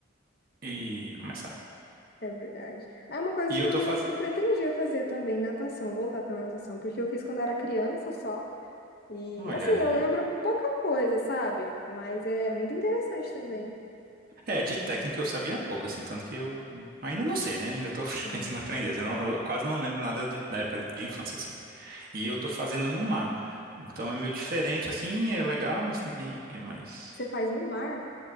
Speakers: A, on the right; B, on the left.
A: e começar.
B: é verdade. É uma coisa
A: E
B: que
A: eu
B: eu,
A: tô fazendo...
B: que eu pretendia fazer também, natação, voltar para natação, porque eu fiz quando era criança só. E
A: Olha
B: assim,
A: aí.
B: eu lembro pouca coisa, sabe? Mas é muito interessante também.
A: É, de técnica eu sabia pouco, assim, tanto que eu ainda não sei, né? Ainda tô <laughs>
B: Uhum.
A: tentando aprender. assim, não- eu quase não lembro nada do- da época de infância, assim. E eu tô fazendo no mar. Então é meio diferente, assim, é legal, mas também é mais
B: Você faz no mar?